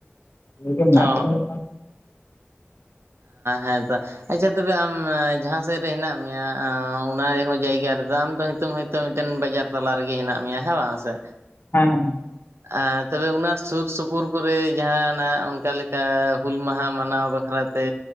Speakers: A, on the left; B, on the right.
A: ᱜᱮ ᱢᱮᱱᱟᱜ
B: ᱚ
A: ᱟᱠᱟᱫᱭᱟ
B: ᱦᱮᱸᱛᱚ ᱟᱪᱪᱷᱟ ᱛᱚᱵᱮ ᱟᱢ ᱡᱟᱦᱟᱸ ᱥᱮᱫ ᱨᱮ ᱦᱮᱱᱟᱜ ᱢᱮᱭᱟ ᱚᱱᱟᱦᱚᱸ ᱡᱟᱭᱜᱟ ᱫᱟᱢ ᱫᱚ ᱱᱤᱛᱚᱝ ᱦᱚᱭᱛᱳ ᱢᱤᱫᱴᱮᱱ ᱵᱟᱡᱟᱨ ᱛᱟᱞᱟ ᱨᱮᱜᱮ ᱦᱮᱱᱟᱜ ᱢᱮᱭᱟ ᱦᱮᱸ ᱵᱟᱝ ᱥᱮ
A: ᱦᱮᱸᱦᱮᱸ
B: ᱟᱨ ᱛᱚᱵᱮ ᱚᱱᱟ ᱥᱩᱨ ᱥᱩᱯᱩᱨ ᱠᱚᱨᱮ ᱡᱟᱦᱟᱱᱟᱜ ᱚᱱᱠᱟ ᱞᱮᱠᱟ ᱦᱩᱞ ᱢᱟᱦᱟ ᱢᱟᱱᱟᱣ ᱵᱟᱠᱷᱨᱟ ᱛᱮ